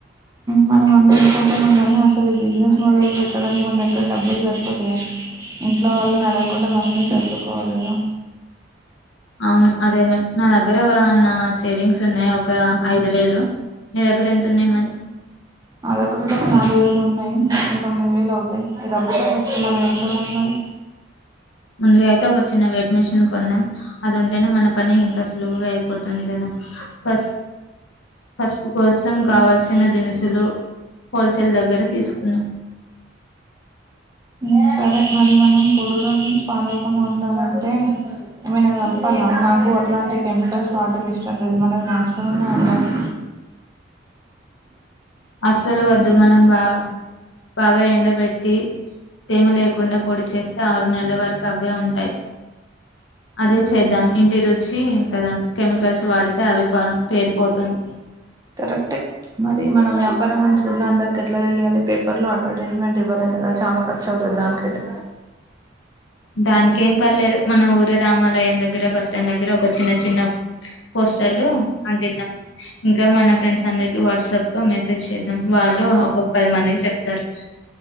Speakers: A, on the right (about 20°); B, on the left (about 85°).
A: మనం అన్ని అనుకుంటున్నాం కానీ అసలు ఈ బిజినెస్ మొదల్పెట్టడానికి మన దగ్గర ఎంత డబ్బులు సర్పోతయా ఇంట్లో వాళ్ళని అడగకుండా మనమే సర్దుకోవాలి గదా
B: ఔను అదేమ నా దగ్గర నా సేవింగ్స్ ఉన్నాయి ఒక ఐదు వేలు నీ దగ్గరేంతు ఉన్నాయి మరి
A: నాదెగ్గర్నుండి ఒక నాలుగు వేలు ఉన్నాయి మొత్తం తొమ్మిది వేలువుతాయి ఈ డబ్బుతో మనం అసలు ఏం కోన్నాలి మరి
B: ముందుగా ఐతే ఒక చిన్న వెట్ మిషన్ కొందాం అదుంటేనే మన పని ఇంకా సులువుగా అయిపోతది తుంది కదా పస్ పసుపు కోసం కావల్సిన దినుసులు హోల్సేల్ దగ్గర తీసుకున్నాం
A: ఊ సరే మరి మనీ కొడు పాడవకుండా ఉండాలంటే ఏమైనా కల్పాల నాకు అట్లాంటి కెమికల్స్ వాడం ఇష్టం లేదు మనది నాచురల్గానే ఉండాలి
B: అసలు వద్దు మనం బా బాగా ఎండబెట్టి తేమ లేకుండా పొడి చేస్తే ఆరు నెల్ల వరకు అవే ఉంటాయి అదే చేద్దాం ఇంటి రుచి కదా కెమికల్స్ వాడితే అవి ప పేరిపోతుంది
A: కరక్టే మరి మన వ్యాపారం గురించి ఊల్లో అందర్కేట్లా తెలియాలి పేపర్లో అడ్వటైర్జ్మెంట్ ఇవ్వలేం కదా చానా ఖర్చవుతుంది ప్రదానికైతే
B: దానికేం పర్లేదు మన ఊరు రామాలయం దగ్గర బస్ స్టాండ్ దగ్గర ఒక చిన్న చిన్న పోస్టర్లు అంటిద్దాం ఇక మన ఫ్రెండ్స్ అందరికి వాట్సాప్లో మెసేజ్ చేద్దాం వాళ్ళు ఆ ఒక పది మందికి చెప్తారు